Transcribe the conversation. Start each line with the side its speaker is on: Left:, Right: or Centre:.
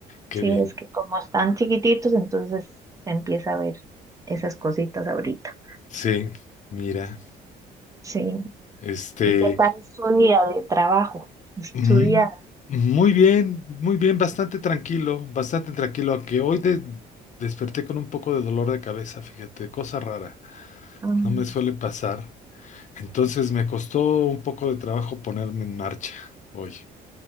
Left: qué
Right: Sí,
Left: bien.
Right: es que como están chiquititos, entonces se empieza a ver esas cositas ahorita.
Left: Sí, mira,
Right: Sí.
Left: este,
Right: ¿Y qué tal su día de trabajo? <laughs>
Left: Mm,
Right: Su día
Left: Muy bien, muy bien, bastante tranquilo, bastante tranquilo, aunque hoy de- desperté con un poco de dolor de cabeza, fíjate, cosa rara,
Right: Mm,
Left: no me suele pasar. Entonces me costó un poco de trabajo ponerme en marcha hoy.